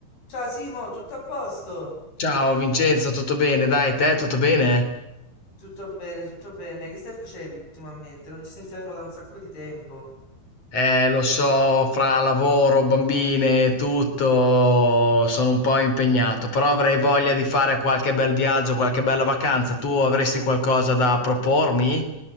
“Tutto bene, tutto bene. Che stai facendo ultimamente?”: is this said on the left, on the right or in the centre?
Left